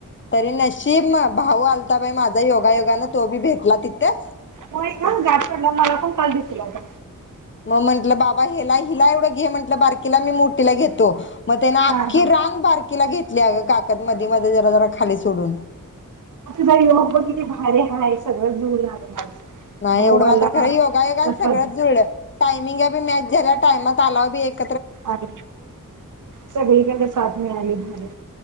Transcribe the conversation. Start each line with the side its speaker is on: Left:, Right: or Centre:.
Left: तरी नशीब, भाऊ आलता बाई माझा योगायोग तो बी भेटला तिथच.
Right: होय गं गाट पडला. मला पण काल दिसला होता.
Left: मग म्हंटलं बाबा हिला हिला एवढं घे म्हटलं बारकीला मी मोठीला घेतो. मग त्यानं आखी
Right: हा हा.
Left: रांग बारकीला घेतली अगं काखत मधी मधी जरा जरा खाली सोडून
Right: ताई बघ की किती भारी आहे सगळं जुळून आलंय.
Left: नाही
Right: भाऊ
Left: एवढं मात्र
Right: आला.
Left: खरं योगायोगानं सगळंच जुळलं टायमिंगा बी मॅच झाल्या. टाइमात तालाव बी एक
Right: अर सगळी कडनं साथ मिळाली भारी.